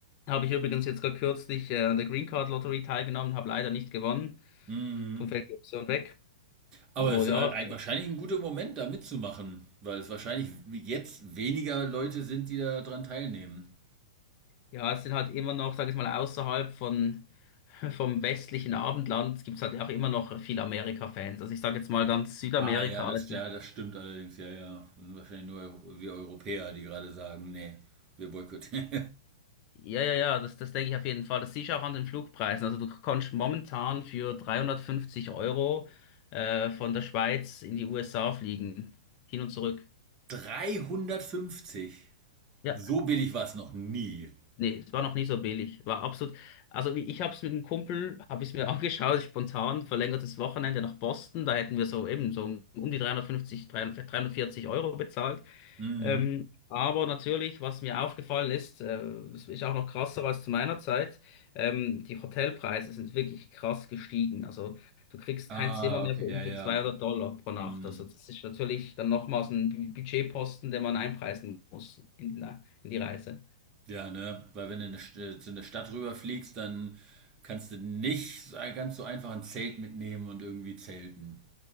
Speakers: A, on the left; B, on the right.
A: Habe ich übrigens jetzt gerade kürzlich äh, an der Green Card Lottery teilgenommen, habe leider nicht gewonnen,
B: Mhm.
A: darum fällt die Option weg.
B: Aber
A: Aber
B: es ist
A: ja,
B: äh, ein- wahrscheinlich ein guter Moment, da mitzumachen, weil es wahrscheinlich jetzt weniger Leute sind, die daran teilnehmen.
A: Ja, es sind halt immer noch, sag ich mal, außerhalb von, <laughs> vom westlichen Abendland gibt es halt auch immer noch viele Amerika-Fans. Also ich sage jetzt mal ganz Südamerika.
B: Ah ja, das,
A: Also,
B: ja, das stimmt allerdings, ja, ja. Das sind wahrscheinlich nur Eu- wir Europäer, die gerade sagen, nee, wir boykottieren.
A: ja, ja, ja, das, das denke ich auf jeden Fall. Das siehst du auch an den Flugpreisen. Also du kannst momentan für 350 Euro äh, von der Schweiz in die USA fliegen. Hin und zurück.
B: <laughs> 350?
A: Ja.
B: So billig war es noch nie.
A: Nee, es war noch nie so billig. War absolut. Also wie ich habe es mit einem Kumpel, habe ich mir <laughs> angeschaut, spontan, verlängertes Wochenende nach Boston. Da hätten wir so eben so um die 350, 300 340 Euro bezahlt.
B: Mhm.
A: Ähm, aber natürlich, was mir aufgefallen ist, äh, das ist auch noch krasser als zu meiner Zeit, ähm, die Hotelpreise sind wirklich krass gestiegen. Also du kriegst
B: Ah,
A: kein Zimmer mehr
B: okay,
A: für unter
B: ja, ja.
A: 200 Dollar pro Nacht.
B: Mhm.
A: Also das ist natürlich dann nochmals ein Bu- Budgetposten, den man einpreisen muss in die, in die Reise.
B: Ja, ne? Weil wenn du in eine St- zu einer Stadt rüberfliegst, dann kannst du nicht so- ganz so einfach ein Zelt mitnehmen und irgendwie zelten.